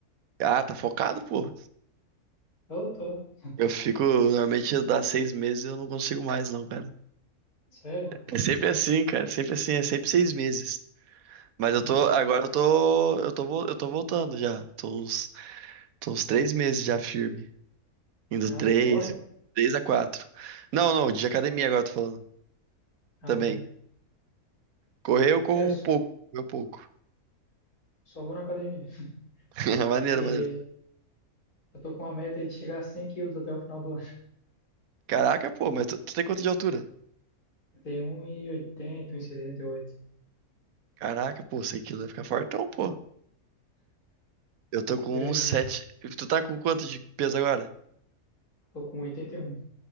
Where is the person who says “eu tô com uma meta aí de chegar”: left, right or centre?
Left